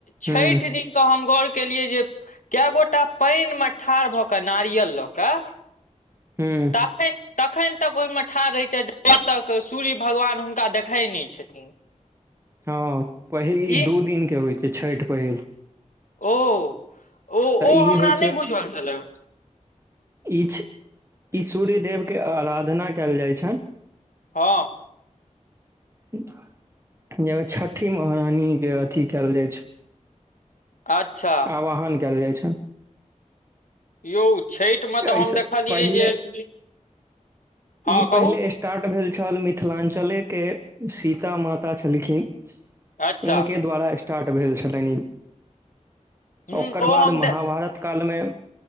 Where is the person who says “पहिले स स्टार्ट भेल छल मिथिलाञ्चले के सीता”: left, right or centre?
Right